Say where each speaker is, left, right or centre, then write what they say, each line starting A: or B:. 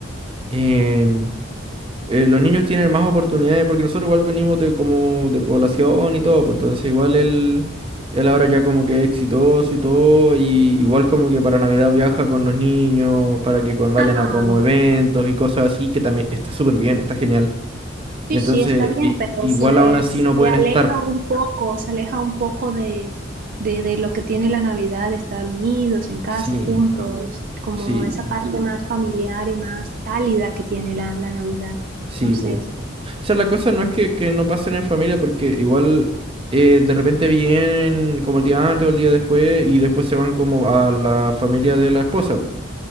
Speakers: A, on the right (about 30°); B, on the right (about 45°).
A: em, eh, los niños tienen más oportunidades, porque nosotros igual venimos de como de población y todo, pues entonces igual él, él ahora ya como que es exitoso y todo, y igual como que para Navidad viaja con los niños, para que con- vayan
B: Ah,
A: a como eventos y cosas así, que también está súper bien, está genial.
B: sí,
A: Entonces,
B: sí, está bien,
A: i-
B: pero
A: igual
B: se,
A: aún así
B: se
A: no pueden
B: aleja
A: estar.
B: un poco, se aleja un poco de, de, de lo que tiene la Navidad, de estar unidos en casa,
A: Sí,
B: juntos, como
A: sí,
B: esa parte más familiar y más cálida que tiene la, la Navidad.
A: sí,
B: Entonces,
A: pu. O sea, la cosa no es que, que no pasen en familia, porque igual eh, de repente vienen como el día antes o el día después y después se van como a la familia de la esposa, po,